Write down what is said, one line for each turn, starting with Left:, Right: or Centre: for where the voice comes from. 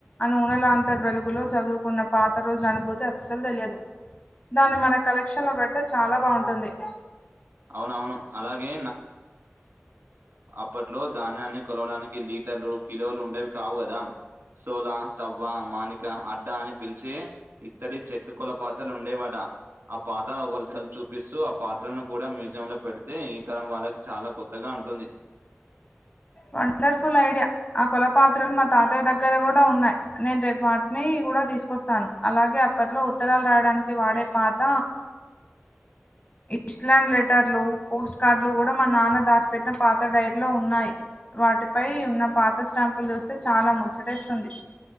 Left: అనూనెలాంతర్ వెలు గులో చదువుకున్న పాత రోజుల అనుభూతి అస్సలు తెలియదు దాన్ని మన కలెక్షన్ లో పెడితే చాలా బాగుంటుంది
Right: అవునవును అలాగే ఇప్పట్లో ధాన్యాన్ని కొలవడానికి లీటర్లు కిలోలు ఉండేవి కావు కదా సోలా తవ్వ మాణిక అడ్డా అని పిలిచి ఇత్తడి చెక్క కులపాతలు ఉండేవాడా ఆ పాత ఒల్తలు చూపిస్తూ ఆ పాత్రలను కూడా మ్యూజియంలో పెడితే ఈ తరం వాళ్ళకి చాలా కొత్తగా ఉంటుంది
Left: వండర్ఫుల్ ఐడియా ఆ కొల పాత్రలు మా తాతయ్య దగ్గర కూడా ఉన్నాయి నేను రేపు వాటిని కూడా తీసుకొస్తాను అలాగే అప్పట్లో ఉత్తరాలు రాయడానికి వాడే పాత ఇస్లాం లెటర్లు పోస్ట్ కార్డులు కూడా మా నాన్న దాచిపెట్టిన పాత్ర డైరీలో ఉన్నాయి వాటిపై ఉన్న పాత స్టాంపులు చూస్తే చాలా ముచ్చటేస్తుంది